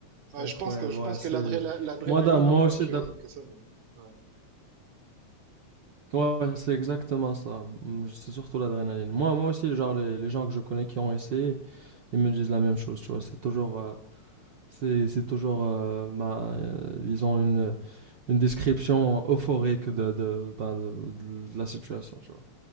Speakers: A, on the right; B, on the right.
A: C'est
B: Ouais,
A: incroyable,
B: je pense que, je
A: ouais.
B: pense
A: C'est...
B: que l'adréla- l'adrénaline,
A: Moi, d'a- moi
B: en fait,
A: aussi,
B: que, que ça me- Ouais.
A: Ouais, c'est exactement ça. Mm, C'est surtout l'adrénaline. Moi, moi aussi, genre, les, les gens que je connais qui ont essayé, ils me disent la même chose, tu vois. C'est toujours, euh, c'est, c'est toujours, euh, ben, euh, ils ont une, une description euphorique de, de, ben, de, de la situation, tu vois.